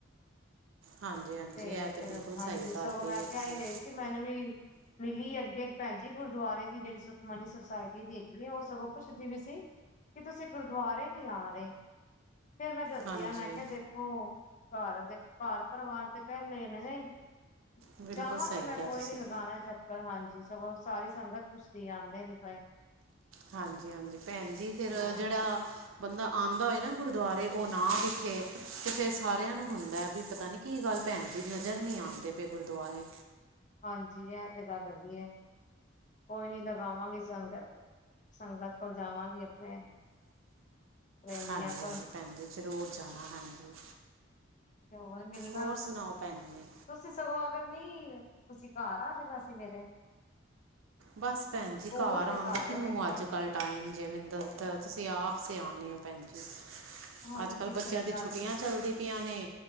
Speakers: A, on the right; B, on the left.
A: ਹਾਂਜੀ ਹਾਂਜੀ
B: ਤੇ
A: ਇਹ
B: ਫੇਰ
A: ਬਿਲਕੁਲ ਸਹੀ
B: ਹਾਂਜੀ
A: ਗੱਲ
B: ਸਗੋਂ
A: ਕਹੀ
B: ਮੈਂ
A: ਹੈ
B: ਕਿਹਾ
A: ਤੁਸੀਂ
B: ਈ ਰਹੀ ਸੀ ਮੈਨੂੰ ਵੀ, ਮਿਲੀ ਅੱਗੇ ਭੈਣਜੀ ਗੁਰਦੁਆਰੇ ਦੀ ਜਿਹੜੀ ਸੁਖਮਨੀ ਸੁਸਾਇਟੀ ਦੀ ਹੈਗੀ ਹੈ ਉਹ ਸਗੋਂ ਕੁੱਛਦੀ ਵੀ ਸੀ। ਕਿ ਤੁਸੀਂ ਗੁਰਦੁਆਰੇ ਨਹੀਂ ਆ ਰਹੇ, ਫੇਰ ਮੈਂ ਦੱਸਿਆ
A: ਹਾਂਜੀ
B: ਮੈਂ- ਹਾਂ ਘਰ ਦੇਖੋ ਘਰ ਪਰਿਵਾਰ ਤੇ ਪੈਲੇ ਨੇ ਨਈ।
A: ਬਿਲਕੁਲ
B: ਜਾਵਾਂਗੀ
A: ਸਹੀ
B: ਮੈਂ
A: ਕਿਹਾ
B: ਕੋਈ
A: ਤੁਸੀਂ
B: ਨੀ ਲਗਾਣਾ ਚੱਕ- ਕਰ ਹਾਂਜੀ ਸਗੋਂ ਸਾਰੀ ਸੰਗਤ ਪੁੱਛਦੀ ਏ ਆਉਂਦੇ ਨੀ ਪਏ।
A: ਹਾਂਜੀ- ਹਾਂਜੀ ਭੈਣ ਜੀ ਫੇਰ
B: ਹਾਂ
A: ਜਿਹੜਾ- ਬੰਦਾ ਆਉਂਦਾ ਹੋਏ ਨਾ ਗੁਰਦੁਆਰੇ ਉਹ ਨਾ ਵਿਖੇ ਤੇ ਫੇਰ ਸਾਰਿਆਂ ਨੂੰ ਹੁੰਦਾ ਵੀ ਪਤਾ ਨੀ, ਕੀ ਗੱਲ ਭੈਣ ਜੀ ਨਜ਼ਰ ਨਹੀਂ ਆਉਂਦੇ ਪਏ ਗੁਰਦੁਆਰੇ।
B: ਹਾਂਜੀ ਏ ਤੇ ਗੱਲ ਹੈਗੀ ਹੈ। ਕੋਈ ਨੀ ਲਗਾਵਾਂਗੀ ਸੰਗਤ, ਸੰਗਤ ਕੋਲ ਜਾਵਾਂਗੀ ਆਪਣੇ। ਪ੍ਰੇਮੀਆਂ
A: ਹਾਂਜੀ-
B: ਕੋਲ
A: ਹਾਂਜੀ ਭੈਣ ਜੀ ਜ਼ਰੂਰ ਜਾਣਾ, ਹਾਂਜੀ।
B: ਤੇ ਹੋਰ ਮਿਲਣਾ।
A: ਹੋਰ ਸੁਣਾਓ ਭੈਣ ਜੀ
B: ਤੁਸੀਂ ਸਗੋਂ ਅਗਰ ਨਹੀਂ, ਤੁਸੀਂ ਘਰ ਆ ਜਾਣਾ ਸੀ ਮੇਰੇ।
A: ਬਸ ਭੈਣ ਜੀ
B: ਕੋਲ
A: ਘਾਰ
B: ਤੇ
A: ਆਉਣਂ
B: ਘਰ
A: ਦਾ ਕਿੰਨੂੰ
B: ਏ ਦੇਖੋ
A: ਅੱਜ ਕੱਲ- ਟਾਈਮ ਜੇ ਮੈਨੂੰ ਦੱਸਦੋ ਤੁਸੀਂ ਆਪ ਸਿਆਣੇ ਹੋ ਭੈਣ ਜੀ।
B: ਹਾਂਜੀ
A: ਅੱਜ ਕੱਲ ਬੱਚਿਆਂ
B: ਸਹੀ
A: ਦੀ
B: ਗੱਲ
A: ਛੁੱਟੀਆਂ
B: ਏ
A: ਚੱਲਦੀ ਪਿਆਂ ਨੇ,